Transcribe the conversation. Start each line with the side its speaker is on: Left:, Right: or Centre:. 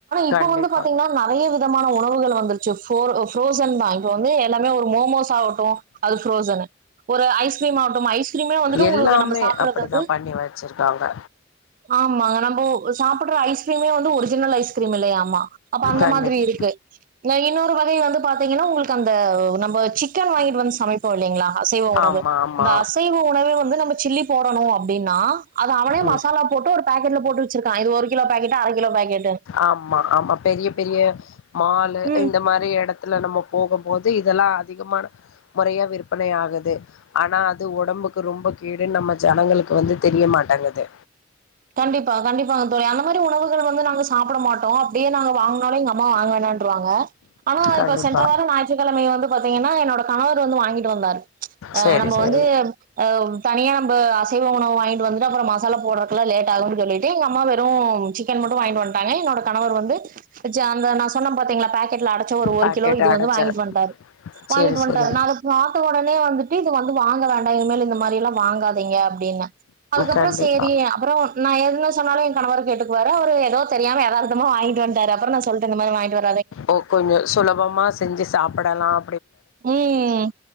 Right: இப்ப
Left: கண்டிப்பா
Right: வந்து பாத்தீங்னா நறைய விதமான உணவுகள் வந்துரு ச்சு ஃபோர் ஃப்ரோஸன்தா இபப் வந்து எல்லாமே ஒரு மோமோஸ் ஆகட்டு அது ஃப்ரோஸனு ஒரு ஐஸ்கிரீம் ஆகட்டும் ஐஸ் க்ரீமே வந்துட்டு உங்களுக்கு
Left: எல்லாமே
Right: நம்ப சாப்புறது
Left: அப்படிதான்
Right: வந்து
Left: பண்ணி வச்சிருக்காங்க
Right: ஆமாங்க நம்போ சாப்புட்ற ஐஸ்கிரீமே வந்து ஒரிஜினல் ஐஸ்கிரீம் இல்லயா மா அப்ப அந்த
Left: கண்டிப்பா
Right: மாதிரி இருக்கு ந‌ இ ன்னொரு வகை வந்து பாத்தீங்கன்னா உங்ளுக்கு அந்த நம்ப சிக்கன் வாங்கிட்டு வந்து சமைப்போ இல்லைங்களா அசைவ உணவு
Left: ஆமா ஆமா
Right: அந்த அசைவ உணவே வந்து நம்ம சில்லி போடனு அப்டின்னா அது அவனே
Left: ம்
Right: மசாலா போட்டு ஒரு பேக்கெட்ல போட்டு வச்சுருக்கா இது ஒரு கிலோ பேக்கட்டு அர கிலோ பேக்கட்
Left: ஆமா ஆமா பெரிய பெரிய மாலு
Right: ம்
Left: இந்த மாரி எட த்துல நம்ம போகும்போது இதெல்லா அதிகமான மொறையா விற்பனை ஆகுது ஆனா அது ஒடம்புக்கு ரொம்ப கேடுன் நம்ம ஜனங்களுக்கு வந்து தெரிய மாட்டெங்குது
Right: கண்டிப்பா கண்டிப்பாங்க தோழி அந்த மாரி உணவுகள் வந்து நாங்க சாப்புட மாட்டோ அப்டியே நாங்க வாங்னாலு எங்க அம்மா வாங்க வேணான்ருவாங்க ஆனா
Left: கண்டிப்பா
Right: இப்ப சென்ற வார ஞயிற்றுக்கிழமை வந்து பாத்தீங்கன்னா என்னோட கணவர் வந்து வாங்கிட்டு வந்தாரு ஆ
Left: சேரி
Right: நம்ப
Left: சேரி
Right: வந்து அ தனியா நம்ப அ சைவ உணவு வாங்கிட்டு வந்துட்டு அப்ற மசாலா போட்ற க்கலா லேட் ஆகுன் சொல்லிட்டு எங்க அம்மா வெறு சிக்கன் மட்டு வாங்கிட்டு வந்ட்டாங்க என்னோட கணவர் வந்த ஜா அந்த நா சொன்னம் பாத்தீங்ளா பாக்கெட்ல அட ச்ச ஒரு
Left: பாக்கெட்
Right: கிலோ இது
Left: அடச்சிரு
Right: வந்து வாங்கிட்டு வன்ட்டாரு வாங்கிட்டு
Left: சேரி
Right: வன்ட்டாரு
Left: சேரி
Right: நா அத பாத்த ஒடனே வந்துட்டு வந்து வாங்க வேண்டா இனிமேல் இந்த மாரி எல்லா வாங்காதீங்க அப்டின்னே அதுக்கப்புறோ
Left: கண்டிப்பா
Right: சேரி நா என்ன சொன்னாலு எங் கணவர் கேட்டுக்குவாரு அவரு எதோ தெரியாம எதார்த்தமா வாங்கிட்டு வன்ட்டாரு அப்புறோ நா சொல்ற இந்த மாரி வாங்கிட்டு வர்
Left: ஓ கொஞ்சோ சுலபமா செஞ்சு சாப்படலாம்
Right: ம்